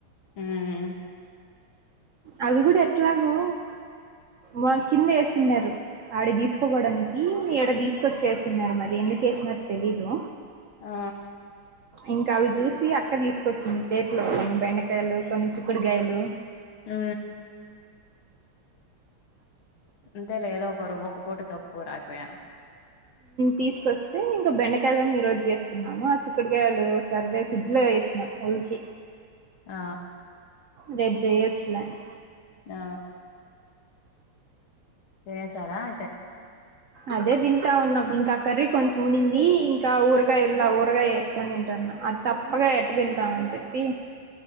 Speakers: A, on the left; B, on the right.
A: హ.
B: అవి కూడా ఎట్లాగో వా కింద ఏస్తున్నారు. ఆడ తీసుకోపోవడానికి ఈడ తీసుకొచ్చేస్తున్నారు మరి ఎందుకువేస్తున్నారో తెలీదు.
A: ఆ.
B: ఇంకా అవి చూసి అక్క తీసుకొచ్చింది తేట్లో కొన్ని బెండకాయలు కొన్ని చిక్కుడుకాయలు
A: ఊ. అంతే లే ఏదో ఒకరు ఒక పూట కప్పు కూరు అయిపోయ.
B: తీసుకొస్తే ఇంక బెండకయలు ఈ రోజు చేసుకున్నాము ఆ చిక్కుడుకాయలు సర్లే ఫ్రిడ్జ్ లో వేసి. నాఓల్సి.
A: ఆ.
B: రేపు చేయొచ్చులాని.
A: ఆ. తినేసారా అయితే.
B: అదే తింటా ఉన్నాం ఇంకా కర్రీ కొంచెం ఉనింది ఇంకా ఊరగాయ ఇల్లా ఊరగాయ వేస్. కొని తింటాన్న అది చప్పగా ఎట్ట తింటాం అని చెప్పి.